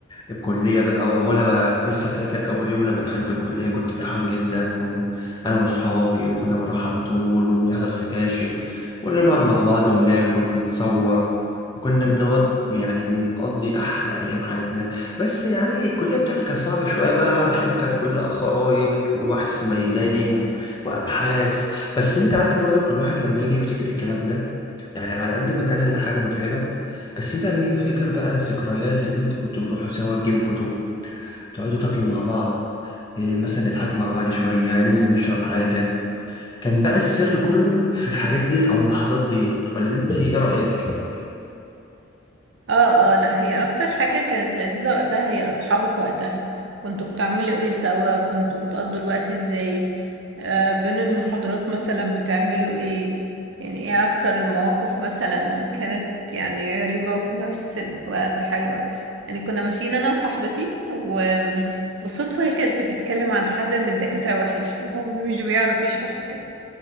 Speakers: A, on the left; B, on the right.
A: الكلية بقى وأنا لسه فاكر أول يوم لما دخلت الكلية كنت فرحان جدا وأنا وأصحابي وكنا بنروح على طول وبنحضر سكاشن وكنا نقعد مع بعض وناكل ونتصور وكنا بنقعد يعني بنقضي أحلى أيام حياتنا بس يعني الكلية بتاعتي كانت صعبة شوية بقى عشان كانت كلها خرايط وبحث ميداني و... وأبحاث بس أنت عارف برضو كل واحد لما يجي يفتكر الكلام ده يعني على قد ما كان الحاجة متعبة بس انت لما تيجي تفتكر بقى الذكريات اللي انت كنتوا بتروحوا سوا تجيبوا كتب تقعدوا تاكلوا مع بعض إيه مثلا نضحكوا مع بعض شوية ننزل نشرب حاجة كان بقى السر كله في الحاجات ديت أو اللحظات ديت ولا انت ايه رأيك؟
B: اه اه لا هي اكتر حاجة كانت لذيذة وقتها هي اصحابك وقتها كنتوا بتعملوا ايه سوا كنتوا بتقضوا الوقت ازاي آه بين المحاضرات مثلا بتعملوا ايه يعني ايه اكتر المواقف مثلا اللي كانت يعني غريبة وفي نفس الوقت حلوة يعني كنا ماشيين انا وصاحبتي وبالصدفة هي كانت بتتكلم عن حد من الدكاترة وحش هو مش بيعرف يشرح وكده